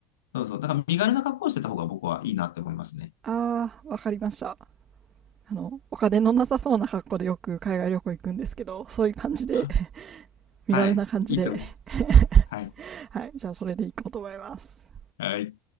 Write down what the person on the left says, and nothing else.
そうそう。だから身軽な格好をしてた方が僕はいいなって思いますね。
<laughs>
はい。いいと思います。はい。
はい。